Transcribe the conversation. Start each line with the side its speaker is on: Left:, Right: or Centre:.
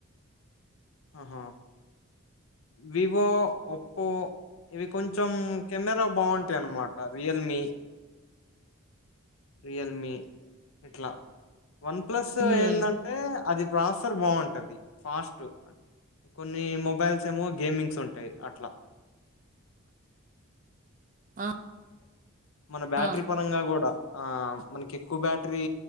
Left: ఆహా వివో ఒప్పో ఏవి కొంచ్ చం కెమెరా బాగుంటాయి అన్నమాట రియల్మీ రియల్మీ ఇట్లా వన్ ప్లస్
Right: ఉమ్
Left: ఎండిఅంటే అది ప్రాసర్ బాగుంటది. ఫస్టు అన్ కొన్ని మొబైల్స్ ఏమో గేమింగ్స్ ఉన్ టై అట్లా
Right: ఆ
Left: మన బ్యాటరీ
Right: ఆ
Left: పరంగా కూడా ఆ మనకి ఎక్కువ బ్యాట్ ట్రీ